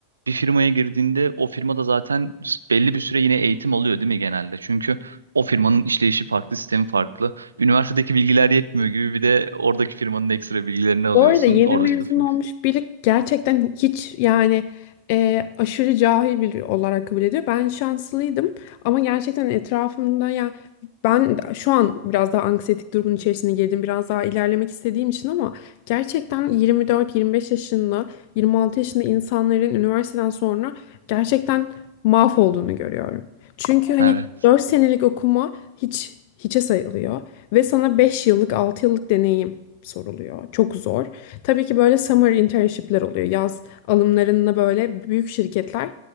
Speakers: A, on the right; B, on the left.
A: bir firmaya girdiğinde o firmada zaten belli bir süre yine eğitim alıyor değil mi genelde? Çünkü o firmanın işleyişi farklı, sistemi farklı. Üniversitedeki bilgiler yetmiyor gibi bir de oradaki firmanın ekstra bilgilerini alıyorsun.
B: Bu arada yeni
A: Orada
B: mezun
A: çalışmak.
B: olmuş biri gerçekten hiç yani e, aşırı cahil biri olarak kabul ediyor. Ben şanslıydım ama gerçekten etrafımda ya ben şu an biraz daha anksiyetik durumun içerisine girdim. Biraz daha ilerlemek istediğim için ama gerçekten 24-25 yaşında 26 yaşında insanların üniversiteden sonra gerçekten mahvolduğunu görüyorum. Çünkü hani
A: Evet.
B: 4 senelik okuma hiç hiçe sayılıyor ve sana beş yıllık altı yıllık deneyim soruluyor. Çok zor. Tabii ki böyle summer internship'ler oluyor. Yaz alımlarında böyle büyük şirketler